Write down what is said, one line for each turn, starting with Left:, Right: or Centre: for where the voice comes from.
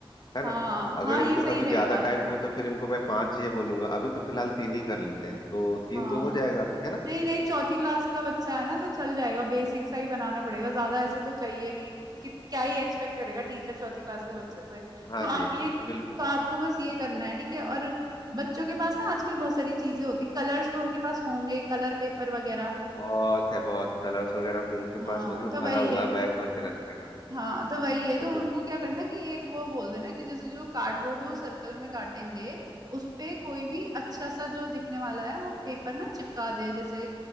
Left: है
Right: हाँ
Left: ना
Right: हाँ
Left: अगर इनको
Right: ये सही
Left: कभी
Right: रहेगा
Left: ज्यादा टाइम हो तो फिर इनको मैं पांच ही बोलूंगा अभी तो फिलहाल तीन ही कर लेते हैं तो तीन
Right: हाँ
Left: तो हो जाएगा अभी है ना
Right: नहीं नहीं चौथी क्लास का बच्चा है ना तो चल जाएगा बेसिक सा ही बनाना पड़ेगा ज्यादा ऐसे तो चाहिए नहीं कि क्या ही एक्सपेक्ट करेगा टीचर चौथी क्लास के बच्चे से
Left: हाँ
Right: तो आप
Left: जी
Right: ये
Left: बिल्कुल
Right: तो आपको बस ये करना है ठीक है और बच्चों के पास ना आजकल बहुत सारी चीजें होती है कलर्स तो उनके पास होंगे कलर पेपर वगैरह
Left: बहुत है बहुत कलर्स वगैरह तो इनके
Right: हाँ
Left: पास मतलब
Right: तो
Left: भरा
Right: वही
Left: हुआ
Right: है
Left: है बैग भर के रख रहे हैं
Right: हाँ तो वही है तो
Left: इन्होंने।
Right: उनको क्या करना कि एक वो बोल देना कि जैसे जो कार्डबोर्ड वो सर्कल में काटेंगे उस पे कोई भी अच्छा सा जो दिखने वाला है वो पेपर ना चिपका दे जैसे